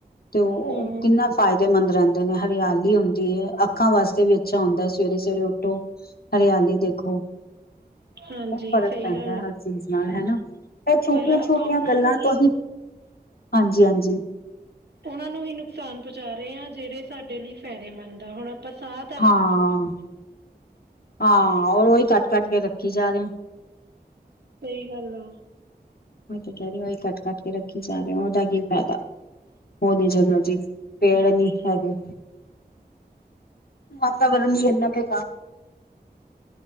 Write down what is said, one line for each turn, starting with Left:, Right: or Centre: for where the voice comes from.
Left: ਤੇ ਉਹ,
Right: ਹਮ
Left: ਕਿੰਨਾ ਫ਼ਾਇਦੇਮੰਦ ਰਹਿੰਦੇ ਨੇ, ਹਰਿਆਲੀ ਹੁੰਦੀ ਹੈ। ਅੱਖਾਂ ਵਾਸਤੇ ਵੀ ਅੱਛਾ ਹੁੰਦਾ, ਸਵੇਰੇ- ਸਵੇਰੇ ਉੱਠੋ। ਹਰਿਆਲੀ ਦੇਖੋ,
Right: ਹਾਂਜੀ
Left: ਬਹੁਤ ਫ਼ਰਕ
Right: ਸਹੀ
Left: ਪੈਂਦਾ
Right: ਗੱਲ ਹੈ।
Left: ਹਰ ਚੀਜ਼ ਨਾਲ ਹਨਾ। ਇਹ ਛੋਟੀਆਂ,
Right: ਪਰ ਆਪਾਂ
Left: ਛੋਟੀਆਂ
Right: ਉਹਨਾਂ
Left: ਗੱਲਾਂ
Right: ਨੂੰ
Left: ਤੋਂ ਹੀ ਹਾਂਜੀ, ਹਾਂਜੀ।
Right: ਉਹਨਾਂ ਨੂੰ ਹੀ ਨੁਕਸਾਨ ਪਹੁੰਚਾ ਰਹੇ ਹਾਂ, ਜਿਹੜੇ ਸਾਡੇ ਲਈ ਫਾਇਦੇਮੰਦ ਆ, ਹੁਣ ਆਪਾਂ ਸਾਥ
Left: ਹਾਂ, ਹਾਂ ਔਰ ਉਹੀ ਕੱਟ, ਕੱਟ ਕੇ ਰੱਖੀ ਜਾ ਰਹੇ ਆ।
Right: ਸਹੀ ਗੱਲ ਆ।
Left: ਓਹੀ ਕੱਟ ਕੱਟ ਕੇ ਰੱਖੀ ਜਾ ਰਹੇ, ਉਹਦਾ ਕੀ ਫਾਇਦਾ। ਹੋਦੀ ਜਗ੍ਹਾ ਜੀ, ਪੇੜ ਨੀ ਹੈਗੇ। ਵਾਤਾਵਰਨ ਜੀਨਾ ਕੇ